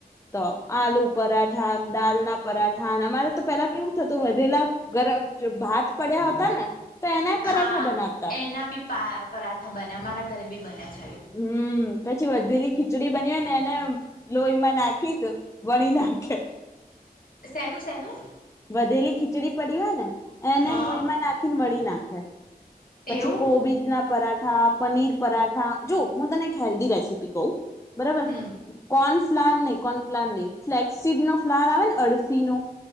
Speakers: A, on the left; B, on the left.
A: તો આલુ પરાઠા દાલના પરાઠા અમારે તો પેલા કેવું થતું વધેલા ગરમ ભાત પડ્યા હતા ને તો એનાય પરાઠા
B: હા
A: બનાવતા.
B: એના બી પા પરાઠા બને અ મારા ઘરે બી બને છે.
A: હમ્મ પછી વધેલી ખીચડી બની હોય ને એને લોહીમાં નાખ ખી વણી નાખે
B: સેનું સેનું?
A: વધેલી ખીચડી પડી હોય ને એને
B: હા
A: લોહીમાં નાખીને વળી ના <inaudible>
B: એવું
A: પછી કોબીજ ના પરા ઠા પનીર પરાઠા જો હું તને હેલ્ધી રેસીપી કવ બરોબર
B: હમ
A: કોન્સ ફ્લર નહી કોણ ફ્લર નહી ફ્લેક્સીડ નો ફ્લર આવેને અડસી નો